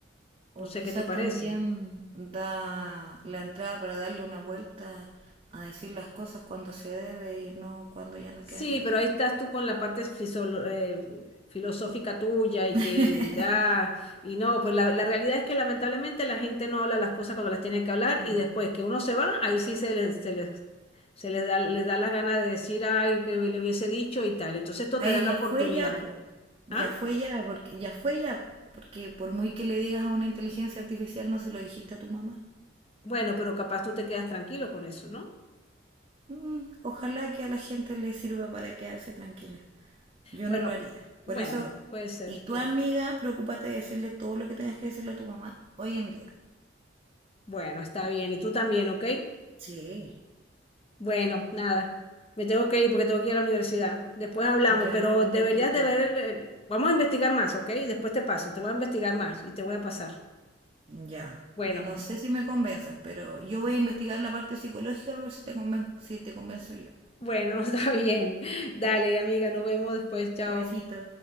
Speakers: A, on the right; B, on the left.
A: O
B: No sé
A: quizás
B: qué te parece.
A: también da la entrada para darle una vuelta a decir las cosas cuando se debe y no cuando ya no
B: Sí,
A: queda tiempo.
B: pero ahí estás tú con la parte fisolo- eh, filosófica tuya y
A: <laughs>
B: que da, y no, pues la, la realidad es que lamentablemente la gente no habla las cosas cuando las tiene que hablar
A: Mm.
B: y después que uno se va, ahí sí se les, se les, se les da, les da la gana de decir, ay, que le hubiese dicho y tal. Entonces esto
A: Ahí
B: te da
A: ya
B: la oportunidad.
A: fue ya, po. Ya
B: ¿Ah?
A: fue ya, porque ya fue ya, porque por muy que le digas a una inteligencia artificial no se lo dijiste a tu mamá.
B: Bueno, pero capaz tú te quedas tranquilo con eso, ¿no?
A: mm, ojalá que a la gente le sirva para quedarse tranquila. Yo
B: Pero
A: no lo haría.
B: bueno,
A: Por eso,
B: puede ser,
A: y tu
B: sí.
A: amiga, preocúpate de decirle todo lo que tengas que decirle a tu mamá hoy en día.
B: Bueno, está bien. Y tú también, ¿ok?
A: Sí,
B: Bueno, nada. Me tengo que ir porque tengo que ir a la universidad. Después hablamos,
A: ya
B: pero deberías
A: lo quitas.
B: de ver el, el- Vamos a investigar más, ¿ok? Y después te paso, te voy a investigar más y te voy a pasar.
A: Ya.
B: Bueno,
A: Eh, No sé si me convenzas, pero yo voy a investigar la parte psicológica a ver si te conven- si te convenzo yo.
B: bueno, <laughs> está bien. Dale, amiga, nos vemos después. Chao.
A: Besito.